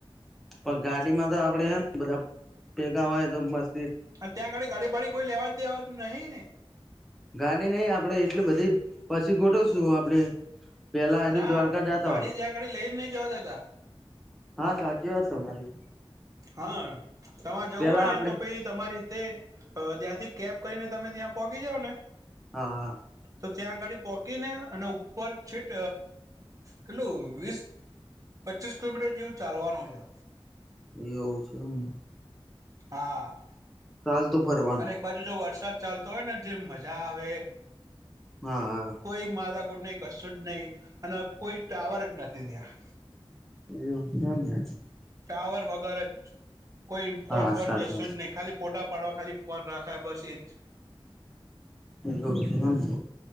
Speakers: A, in the centre; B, on the right (about 35°).
A: પણ ગાડી માં તો આપડે હે ને બધા ભેગા હોય તો મસ્ત.
B: અને ત્યાં ગાડી ગાડી વાાડી કોઈ લેવા દેવા નહી ને.
A: ગાડી નહ આપડે એટલ બધી પછી ગોઠવશું આપડે. પેલા એલું
B: ના
A: દ્વારકા જતા
B: ગાડી
A: હો
B: ત્યાં આ ગાડી લઈને નઈ જવા દેતા.
A: હા, સાચી વાત તમારી.
B: હા, તમારે જવું
A: પેલા
B: હોય ને
A: આપડે
B: તો પછી. તમારી રીતે ત્યાંથી કેબ કરીને તમે ત્યાં પહોચી જાવ ને.
A: હા હા.
B: તો ત્યાં ગાડી પોહકીને અને ઉપર છેટ કેટલું વીસ પચીસ કિલોમીટર જેવું ચાલવાનું છે.
A: એવું છે એમને.
B: હા.
A: ચાલ તો ફરવાનું
B: અને એક બાજુ જો વરસાદ ચાલતો હોય ને જે મજા આવે
A: હા હા
B: કોઈ માથાકુટ નહી કશું જ નહીિ અને કોઈ ટાવર જ નથી ત્યાં
A: એવું કેમને
B: પાવર વગર જ. કોઈ
A: હા
B: ફોન બંધ
A: સાચી
B: કરશો
A: વાત
B: જ નહી ખાલી ફોટા પાડવા ખાલી ફોન રાખાય બસ એ જ.
A: એવુ છે, એમ ને.